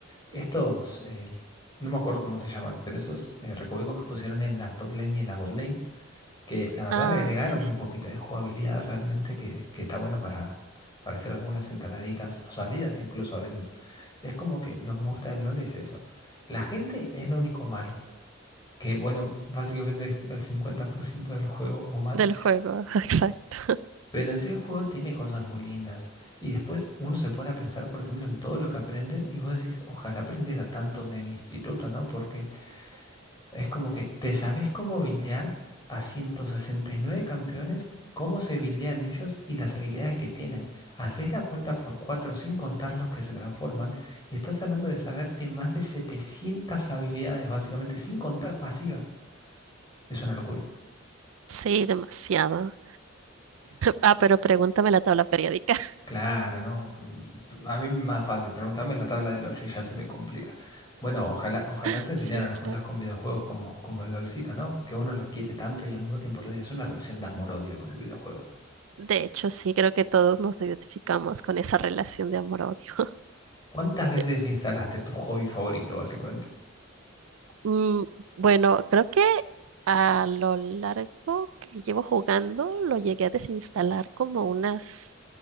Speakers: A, on the left; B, on the right.
A: Estos, eh, no me acuerdo cómo se llaman, pero esos eh, recovecos que pusieron en la top lane y en la bot lane que la verdad
B: ah,
A: le agregaron
B: sí, sí,
A: un poquito de jugabilidad realmente que, que está bueno para, para hacer algunas entraditas o salidas incluso a veces. Es como que lo que me gusta del LOL es eso. La gente es lo único malo, que bueno, básicamente es el 50% del juego o más,
B: del juego, <laughs> exacto.
A: pero en sí el juego tiene cosas muy lindas. Y después uno se pone a pensar, por ejemplo, en todo lo que aprende y vos decís, ojalá aprendiera tanto en el instituto, ¿no? Porque Es como que te sabes cómo buildear a 169 campeones, cómo se buildean ellos y las habilidades que tienen. Haces la cuenta por 4 sin contar los que se transforman y estás hablando de saberte más de 700 habilidades básicamente sin contar pasivas. Es una locura.
B: Sí, demasiado. Ah, pero pregúntame la tabla periódica.
A: Claro, no. mm, A mí más fácil. Pregúntame la tabla del 8 y ya se me complica. Bueno, ojalá, ojalá
B: <laughs>
A: se enseñaran
B: Sí,
A: las
B: claro.
A: cosas con videojuegos como, como el LOLcito, ¿no? Que uno lo quiere tanto y al mismo tiempo lo odia. Es una relación de amor-odio con el videojuego.
B: De hecho, sí, creo que todos nos identificamos con esa relación de amor-odio.
A: ¿Cuántas veces
B: <laughs>
A: instalaste tu hobby favorito, básicamente?
B: Mm, bueno, creo que a lo largo que llevo jugando lo llegué a desinstalar como unas